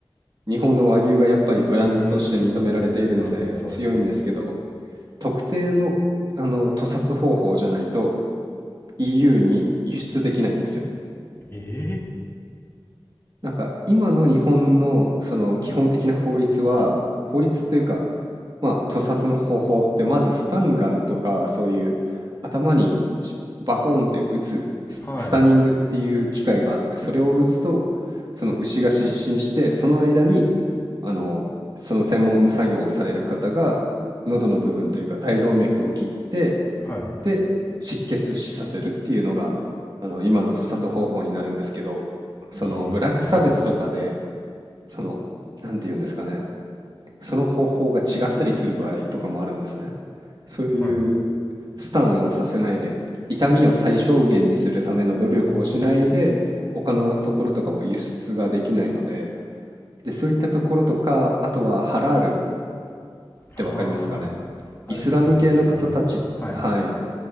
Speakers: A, on the right (about 50°); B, on the left (about 25°).
A: 日本の和牛がやっぱりブランドとして認められているので強いんですけど、
B: うーん。確かにそうですね。
A: 特定の、あの、屠殺方法じゃないと EU に輸出できないんですよ。
B: ええ
A: なんか今の日本のその基本的な法律は、法律というか、まあ、屠殺の方法ってまずスタンガンとかそういう頭にしバコーンって撃つス、
B: はい。
A: スタニングっていう機械があってそれを撃つとその牛が失神してその間にあのその専門の作業をされる方が喉の部分というか大動脈を切って
B: はい。
A: で、失血死させるっていうのが、あの、今の屠殺方法になるんですけど、そのブラック差別とかで、
B: ええはい。
A: その、なんて言うんですかね、その方法が違ったりする場合とかもあるんですね。そういう
B: はい。う
A: スタンをさせないで、痛みを最小限にするための努力をしないで、
B: ーん。
A: 他のところとかは輸出ができないので、で、そういったところとか、あとはハラールっ
B: ああ。
A: てわかりますかね。
B: あれですよね。
A: イスラム系の方たち、
B: イスラム圏の。はい。
A: はい。